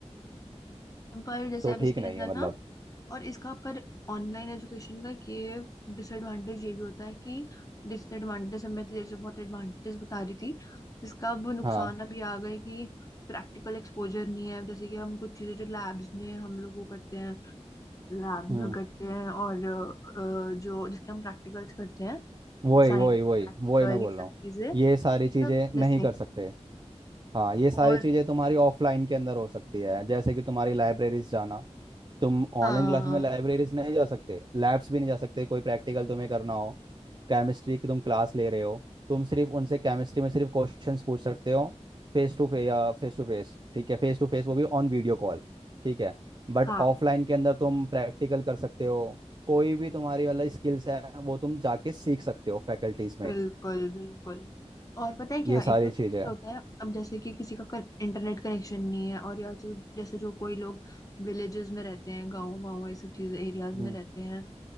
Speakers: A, on the left; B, on the right.
A: पर जैसे
B: तो
A: अब इसके
B: ठीक नहीं
A: अंदर
B: है मतलब
A: ना और इसका पर ऑनलाइन एजुकेशन का ये डिसएडवांटेज ये भी होता है कि डिसएडवांटेज हमें तो जैसे बहुत एडवांटेजेस बता रही थी इसका अब नुकसान
B: हाँ
A: अभी आ गए कि प्रैक्टिकल एक्सपोजर नहीं है जैसे कि हम कुछ चीजें जो लैब्स में हम लोग वो करते हैं लैब
B: हम्म
A: में करते हैं और अ, जो जिसके हम प्रैक्टिकल्स करते हैं
B: वही
A: साइंस
B: वही वही
A: प्रैक्टिकल
B: वही मैं बोल
A: ये सब
B: रहा हूँ
A: चीजें
B: ये सारी
A: ये
B: चीजें
A: सब मिसिंग
B: नहीं कर सकते हाँ ये सारी
A: और
B: चीजें तुम्हारी ऑफलाइन के अंदर हो सकती है जैसे कि तुम्हारी लाइब्रेरीज जाना तुम ऑनलाइन
A: हाँ
B: क्लास में लाइब्रेरीज नहीं जा सकते लैब्स भी नहीं जा सकते कोई प्रैक्टिकल तुम्हें करना हो केमिस्ट्री की तुम क्लास ले रहे हो तुम सिर्फ उनसे केमिस्ट्री में सिर्फ क्वेश्चंस पूछ सकते हो फेस टू फेस या फेस टू फेस ठीक है फेस टू फेस वो भी ऑन वीडियो कॉल ठीक है बट
A: हाँ
B: ऑफलाइन के अंदर तुम प्रैक्टिकल कर सकते हो कोई भी तुम्हारी वाला स्किल्स है वो तुम जाके सीख सकते हो फैकल्टीज में
A: बिल्कुल बिल्कुल और पता है क्या
B: ये सारी
A: एक तो क्या
B: चीज़ें हैं
A: होता है अब जैसे कि किसी का इंटरनेट कनेक्शन नहीं है और या जो जैसे जो कोई लोग विलेजेस में रहते हैं गाँव वाँव ये सब चीजें एरियाज
B: हम्म,
A: में रहते हैं